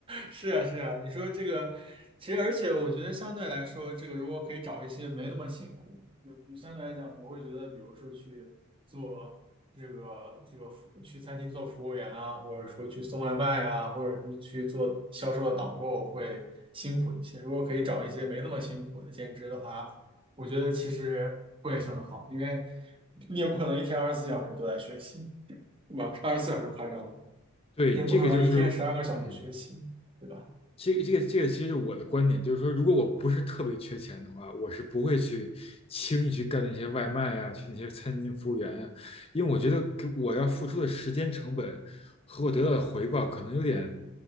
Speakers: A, on the right (about 25°); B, on the left (about 25°).
A: 是啊，是啊，你说这个，其实而且我觉得相对来说，这个如果可以找一些没那么辛苦，就就相对来讲，我会觉得，比如说去做这个这个服，去餐厅做服务员啊，或者说去送外卖啊，或者是去做销售的导购会辛苦一些。如果可以找一些没那么辛苦的兼职的话，我觉得其实会很好，因为你也不可能一天二十四小时都在学习，对吧？二十四小时夸张了，
B: 对，
A: 你也不可能一天十二个小时学习，
B: 这个就是，嗯，
A: 对吧？
B: 这个这个这个其实我的观点就是说，如果我不是特别缺钱的话，我是不会去轻易去干那些外卖呀、去那些餐厅服务员呀、因为我觉得给我要付出的时间成本和我得到的回报可能有点